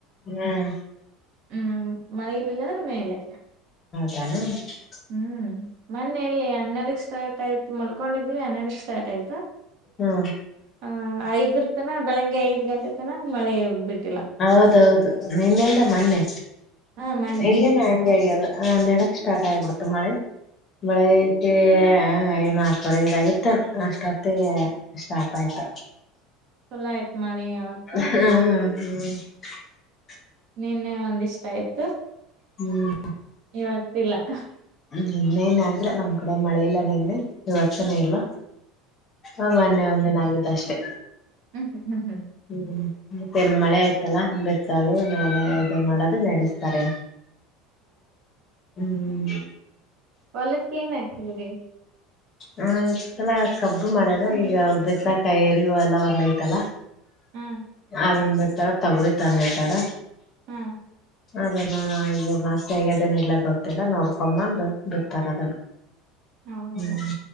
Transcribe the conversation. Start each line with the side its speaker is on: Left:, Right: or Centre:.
Left: ಹ್ಮ್
Right: ಹ್ಮ್ ಹ್ಮ ಮಳೆ ಇರ್ಲಿಲ್ಲ ಅಂದ್ರೆ ಮೇಲೆ
Left: ತಾನ <unintelligible>
Right: ಹ್ಮ್ ಮೊನ್ನೆ ಎಲ್ಲಿ ಹನ್ನೆಡಕ್ಕ್ ಸ್ಟಾರ್ಟ್ ಆಯ್ತ್ ಮಲ್ಕೊಂಡಿದ್ನ ಹನ್ನೆಡ್ಡಕ್ಕ ಸ್ಟಾರ್ಟ್ ಆಯಿತು
Left: ಹ್ಮ್
Right: ಹ್ಮ ಐದರ್ತನ ಬೆಳಿಗ್ಗೆ ಐದ್ ಗಂಟೆ ತನ ಮಳೆ ಇವಾಗ ಬಿಟ್ಟ
Left: ಹೌದೌದು ನಿನ್ನಿಲ್ದ ಮೊನ್ನೆ
Right: ಹ ಮೊನ್ನೆ
Left: ಇಲ್ಲಿನ ಹಂಗೆ ಆಗೇದ್ ಹನ್ನೇಡಕ್ಕ್ ಸ್ಟಾರ್ಟ್ ಆಗಿ ಬಿಡ್ತು ಮಳೆ ಬೆಳಿಗ್ಗೆ ಐ ನಾಲ್ಕುವರೇ ಐದ್ ಆಗಿತ್ತೇನ್ ಅಷ್ಟೊತ್ತಿಗೆ ಸ್ಟಾರ್ಟ್ ಆಯ್ತ್
Right: ಫುಲ್ ಆಯ್ತ್ ಮಳಿ ಅವತ್ತ
Left: ಹ್ಮ್ ಹ್ಮ್ <unintelligible>
Right: ನಿನ್ನೆ ಒಂದಿಷ್ಟ ಆಯ್ತು
Left: ಹ್ಮ್
Right: ಇವತ್ತಿಲ್ಲ ಹ
Left: ನಿನ್ನೆನ ಆಗಿಲ್ಲ ನಮ್ಮ ಕಡೆ ಮಳೆ ಇಲ್ಲಾ ನಿನ್ನೆ ಇವತ್ತನು ಇಲ್ಲ ಹ ಮೊನ್ನೆ ಒಂದಿನ ಆಗಿದ್ದ ಅಷ್ಟೇ
Right: ಹ್ಮ ಹ್ಮ ಹ್ <unintelligible>
Left: ಹ್ಮ್ ಮತ್ತೆನ್ ಮಳೆ ಆಯ್ತಲ್ಲಾ ಬರ್ತ ಬಿತ್ತೋದು ನೆಡ್ <unintelligible> ಇದು ಮಾಡದು ನಡೆಸ್ತಾರೆ ಹ್ಮ್
Right: ಹೊಲಕ್ಕೆಏನ್ ಹಾಕಿದ್ರಿ <unintelligible>
Left: ಹ ಈ ಸಲ ಕಬ್ಬ ಮಾಡೇದ್ ಈಗ ಬಿತ್ತಾಕ ಏರಿ ಹೊಲ ಒಂದ ಐತಲ
Right: ಹಾ
Left: ಅದನ್ನ ಬಿ <unintelligible> <unintelligible> ತಲ ತೊಬರಿ ತಂದಿಟ್ಟಾರ್
Right: ಹ್ಮ್
Left: ಅದನ್ನ ಈಗ ಮಸ <unintelligible> ಆಗಯ್ದನ ಇಲ್ಲ ಗೊತ್ತಿಲ್ಲ ನೋಡ್ಕೊ ಬಂದು ಬಿತ್ತಾರ ಅದನ್ನು
Right: ಹೌದು
Left: ಹ್ಮ್